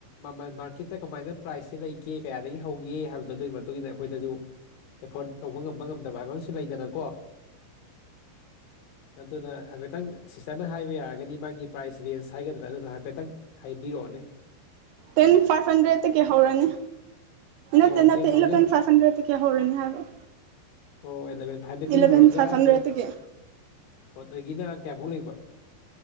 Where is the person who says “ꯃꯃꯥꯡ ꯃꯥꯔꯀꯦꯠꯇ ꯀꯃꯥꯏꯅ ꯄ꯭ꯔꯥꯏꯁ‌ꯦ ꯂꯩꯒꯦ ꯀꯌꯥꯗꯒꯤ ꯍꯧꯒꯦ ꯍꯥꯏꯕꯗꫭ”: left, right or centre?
Left